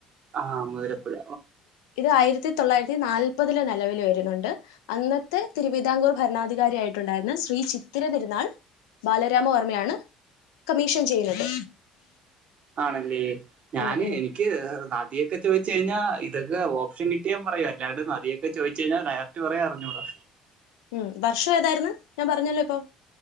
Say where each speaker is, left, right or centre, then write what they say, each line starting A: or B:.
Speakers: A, on the right; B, on the left.
A: ആഹ് മുതിരപ്പുഴ
B: ഇത് ആയിരത്തി തൊള്ളായിരത്തി നാല്പതില് നിലവിൽ വരുന്നുണ്ട് അന്നത്തെ തിരുവിതാംകൂർ ഭരണാധികാരി ആയിട്ടുണ്ടായിരുന്ന ശ്രീ ചിത്തിര തിരുന്നാൾ. ബാലരാമവർമ്മയാണ് കമ്മീഷൻ ചെയ്യുന്നത്.
A: ആണെല്ലേ. ഞാന്
B: ഉം ഉം
A: എനിക്ക് ക്ക് നദിയൊക്കെ ചോയ്ച്ചഴിഞ്ഞാ ഇതൊക്കെ ഓപ്ഷൻ കിട്ടിയാ പറയും അല്ലാണ്ട് നദിയൊക്കെ ചോയ്ച്ചഴിഞ്ഞാ <unintelligible> റ്റു പറയാ അറിഞ്ഞുടാ
B: ഉം വർഷം ഏതായിരുന്ന് ഞാൻ പറഞ്ഞല്ലോ ഇപ്പൊ